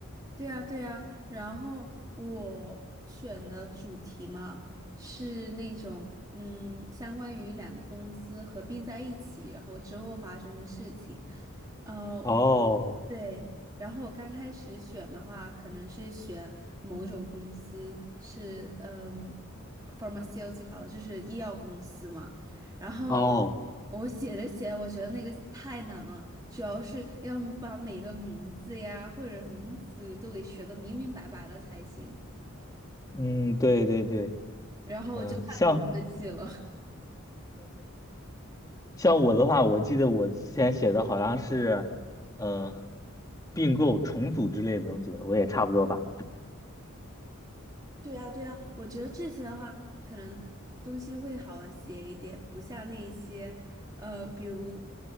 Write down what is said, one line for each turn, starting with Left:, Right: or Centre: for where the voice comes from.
Right: 对呀，对呀，然后我选的主题嘛，是那种嗯，相关于两个公司合并在一起，然后之后发生的事情。呃，
Left: 哦
Right: 对，然后我刚开始选的话，可能是选某种公司是嗯，pharmaceutical，就是医药公司嘛。然后
Left: 哦，
Right: 我写着写，我觉得那个太难了，主要是要把每个名字呀或者名词都给学的明明白白了才行。
Left: 嗯，对对对，
Right: 然后我就怕成科技了。
Left: 嗯，像像我的话，我记得我之前写的好像是，呃，并购、重组之类的东西，我也差不多吧，
Right: 对啊，对啊，我觉得这些的话，可能东西会好写一点，不像那一些，呃，比如